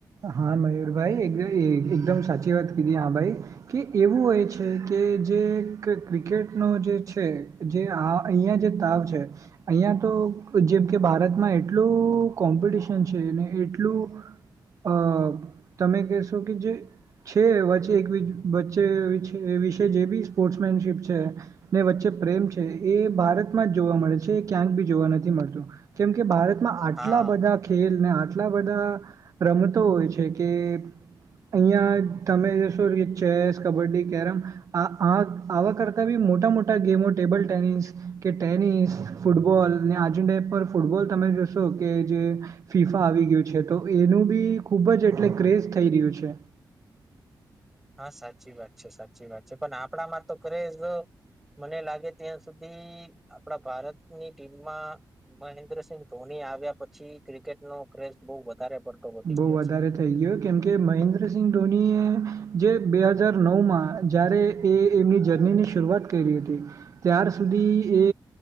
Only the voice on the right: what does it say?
હા, મયુરભાઈ એક એ એકદમ સાચી વાત કીધી હા ભાઈ કે એવું હોય છે કે કે જે ક્રિ-ક્રિકેટનો જે છે જે આ અહીયાં જે તાવ છે અહીંયા તો જેમ કે ભારતમાં એટલું કોમ્પિટિશન છેને એટલું અહ તમે કહેશો કે જે છે વચ્ચે એક વી વચ્ચે વિશે જે બી સ્પોર્ટ્સ મેનશીપ છે ને વચ્ચે પ્રેમ છે એ ભારતમાં જ જોવા મળે છે ક્યાંક ભી જોવા નથી મળતું કેમ કે ભારતમાં આટલા
બધા ખેલ ને આટલા બધા રમતો હોય છે કે અહિયાં તમેશો ચેસ કબડ્ડી કેરમ આ આ આવા કરતા બી મોટા મોટા ગેમો ટેબલ ટેનિસ કે ટેનિસ ફૂટબોલ ને આજુ ટાઈપ પર ફૂટબોલ તમે તે જશો કે જે ફીફા આવી ગયું છે તો એનું બી ખૂબ જ એટલે ક્રેઝ થઈ રહ્યું છે.
બઉ
વધારે
થઇ ગયો કેમ કે મહેન્દ્ર સિંહ ધોનીએ જે બે હજાર નવ માં જય્યારે એ એમની જર્ની ની શરૂઆત ક કરી હતી ત્યાર સુધી એ